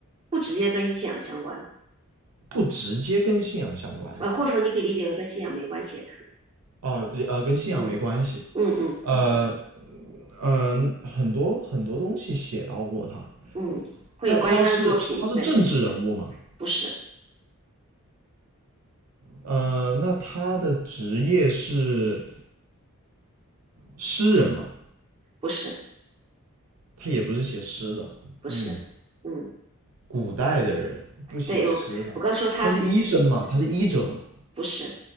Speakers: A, on the right (about 25°); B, on the right (about 85°).
A: 不直接跟信仰相关，
B: 不直接跟信仰相关
A: 呃，或者说你可以理解为跟信仰没关系也可以，
B: 啊，呃，跟信仰没关系。
A: 嗯嗯嗯
B: 呃，嗯、很多很多东西写到过他。
A: 嗯，会有关于他的作品，
B: 那他是他是政治人物吗？
A: 对，不是，
B: 呃，那他的职业是诗人吗？
A: 不是，
B: 他也不是写诗的，
A: 不是，
B: 嗯，
A: 嗯，
B: 古代的人不写诗的，
A: 对我我刚说他自己
B: 他是医生嘛，他是医者嘛。
A: 不是，